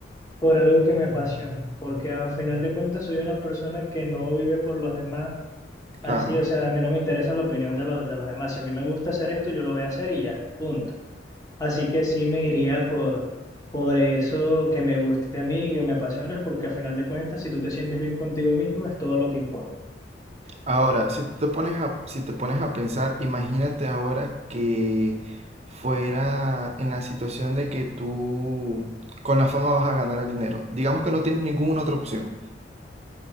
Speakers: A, on the left; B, on the right.
A: por algo que me apasione, porque al final de cuentas soy una persona que no vive por los demás.
B: Claro.
A: Así, o sea, a mí no me interesa la opinión de los, de los demás. Si a mí me gusta hacer esto, yo lo voy a hacer y ya, punto. Así que sí me iría por, por eso que me guste a mí, que me apasiona, porque a final de cuentas, si tú te sientes bien contigo mismo, es todo lo que importa.
B: Ahora, si te pones a, si te pones a pensar, imagínate ahora que fuera en la situación de que tú con la fama vas a ganar el dinero. Digamos que no tienes ninguna otra opción